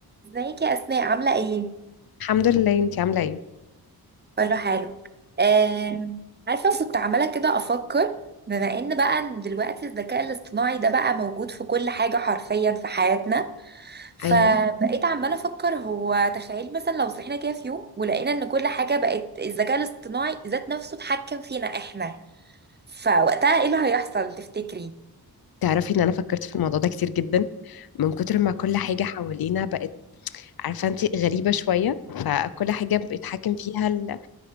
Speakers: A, on the right (about 25°); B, on the left (about 70°).
A: ازيك يا اسماء عامله ايه
B: الحمد لله انتي عاملة ايه؟
A: كله حلو آم، عارفه كنت عماله كده افكر بما ان بقى ان دلوقتي الذكاء الاصطناعي ده بقى موجود في كل حاجه حرفيا في حياتنا فبقيت
B: ايوه
A: عماله افكر هو تخيل مثلا لو صحينا كده في يوم ولقينا ان كل حاجه بقت الذكاء الاصطناعي ذات نفسه اتحكم فينا احنا فوقتها ايه اللي هيحصل تفتكري
B: تعرفي ان انا فكرت في الموضوع ده كتير جدا من كتر ما كل حاجة حوالينا بقت عارفة انتي غريبة شوية فكل حاجة بيتحكم فيها ال...